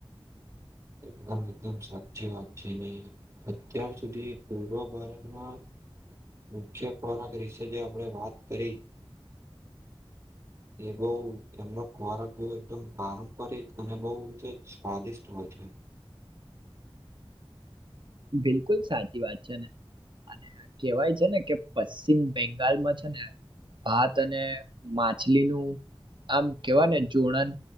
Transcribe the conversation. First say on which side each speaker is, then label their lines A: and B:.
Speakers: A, on the right; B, on the right.
A: એકદમ એકદમ સાચી વાત છે ને અત્યાર સુધી પૂર્વ ભારતમાં મુખ્ય ખોરાક રશે જે આપણે વાત કરી એ બહ એમનો ખોરાક બહ એકદમ પારંપરિક અને બહ સ્વાદિષ્ટ હોય છે
B: બિલકુલ સાચી વાત છે ને અને કેહેવાય છે ને કે પશ્ચિમ બંગાલમાં છે ને ભાત અને માછલીનુંું આમ કેવા ને જોણન